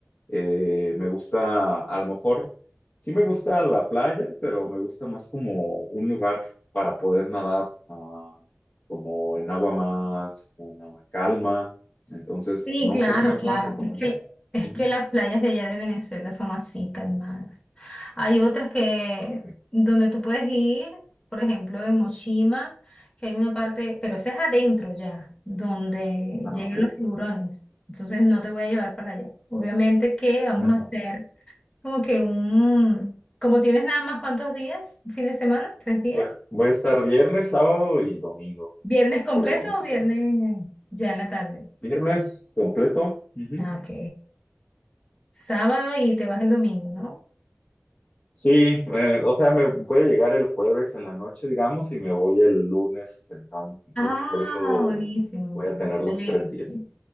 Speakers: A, on the left (about 35°); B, on the left (about 20°).
A: Eh, me gusta, a lo mejor, sí me gusta la playa, pero me gusta más como un lugar para poder nadar, ah, como en agua más una calma. Entonces,
B: Sí,
A: no
B: claro,
A: sé qué me
B: claro.
A: puedas recomendar.
B: Es que, es
A: Ujú.
B: que las playas de allá de Venezuela son así, calmadas. Hay otras que
A: Ah, ok.
B: donde tú puedes ir, por ejemplo, en Mochima, que hay una parte, pero eso es adentro ya, donde
A: Ah,
B: llegan
A: ok.
B: los tiburones. Entonces no te voy a llevar para allá. Obviamente que
A: Exacto.
B: vamos a hacer como que un, como tienes nada más cuántos días, un fin de semana, tres días,
A: Bueno, voy a estar viernes, sábado y domingo
B: viernes completo
A: por ahí visitando.
B: o viernes ya en la tarde.
A: Viernes completo. Ujú.
B: Ah, ok. Sábado y te vas el domingo, ¿no?
A: Sí, eh, o sea, me puede llegar el jueves en la noche, digamos, y me voy el lunes temprano. Entonces,
B: Ah,
A: por eso
B: buenísimo.
A: voy a tener
B: Excelente.
A: los tres días.